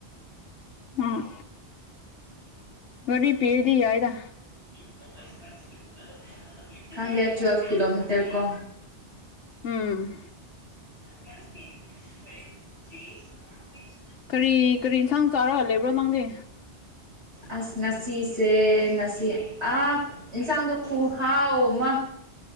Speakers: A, on the left; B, on the right.
A: ꯎꯝ ꯒꯥꯔꯤ ꯄꯤꯔꯗꯤ ꯌꯥꯏꯗ
B: <unintelligible> ꯈꯪꯗꯦ ꯇꯨꯋꯦꯜꯐ ꯀꯤꯂꯣꯃꯤꯇꯔ ꯀꯣ
A: ꯎꯝ
B: <inaudible>
A: ꯀꯔꯤ ꯀꯔꯤ ꯏꯟꯁꯥꯡ ꯆꯥꯔꯒ ꯂꯩꯕ꯭ꯔꯣ ꯅꯪꯗꯤ
B: ꯑꯁ ꯉꯁꯤꯁꯦ ꯉꯁꯤ ꯑꯥ ꯏꯟꯁꯥꯡꯗꯣ ꯈꯨꯍꯥꯎ ꯑꯃ